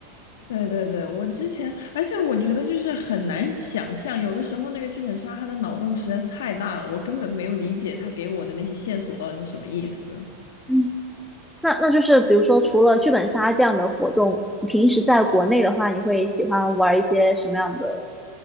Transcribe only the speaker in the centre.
嗯，那那就是比如说除了剧本杀这样的活动，你平时在国内的话，你会喜欢玩一些什么样的